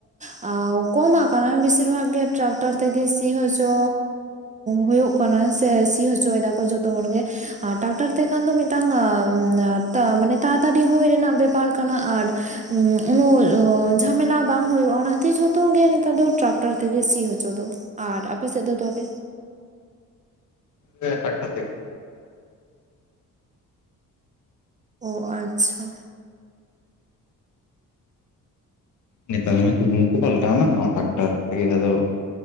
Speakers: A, on the right; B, on the left.
A: ᱟ ᱠᱚᱢ ᱟᱠᱟᱱᱟ ᱵᱤᱥᱤᱨ ᱵᱷᱟᱜᱽ ᱜᱮ ᱴᱨᱟᱠᱴᱚᱨ ᱛᱮᱜᱮ ᱥᱤ ᱦᱚᱪᱚᱻ ᱦᱩᱭᱩᱜ ᱠᱚᱱᱟ ᱥᱮ ᱥᱤ ᱦᱚᱪᱚᱭ ᱮᱫᱟ ᱠᱚ ᱡᱚᱛᱚ ᱦᱚᱲ ᱜᱮ, ᱟᱨ ᱴᱟᱠᱴᱟᱨ ᱛᱮᱠᱷᱟᱱ ᱫᱚ ᱢᱤᱴᱟᱝ ᱟᱢ ᱛᱟ ᱢᱟᱱᱮ ᱛᱟᱲᱟᱛᱟᱲᱤ ᱦᱩᱭ ᱨᱮᱱᱟᱜ ᱵᱮᱯᱟᱨ ᱠᱟᱱᱟ ᱟᱨ ᱩᱱᱟᱹᱜ ᱡᱷᱟᱢᱮᱞᱟ ᱵᱟᱝ ᱦᱩᱭᱩᱜ-ᱟ ᱚᱱᱟᱛᱮ ᱡᱚ ᱛᱚ ᱜᱮ ᱱᱮᱛᱟᱨ ᱫᱚ ᱴᱨᱟᱠᱴᱟᱨ ᱛᱮᱜᱮ ᱥᱤ ᱦᱚᱪᱚ ᱫᱚ᱾ ᱟᱨ ᱟᱯᱮᱥᱮᱫ ᱫᱚ ᱛᱚᱵᱮ?
B: ᱦᱮ ᱴᱟᱠᱴᱟᱨ ᱛᱮ ᱜᱮ᱾
A: ᱚ ᱟᱪᱪᱷᱟ᱾
B: ᱱᱮᱛᱟᱨ ᱢᱟ ᱪᱩᱜᱢᱩ ᱠᱚ ᱯᱟᱞᱴᱟᱣᱮᱱᱟ, ᱚᱱᱟ ᱴᱟᱠᱴᱟᱨ ᱛᱮᱜᱮ ᱟᱫᱚ